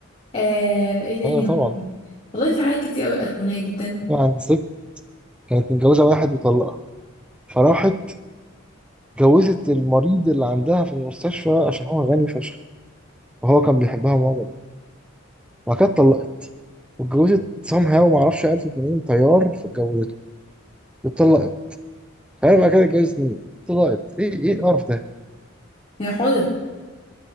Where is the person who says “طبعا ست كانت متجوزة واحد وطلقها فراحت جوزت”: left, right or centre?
Centre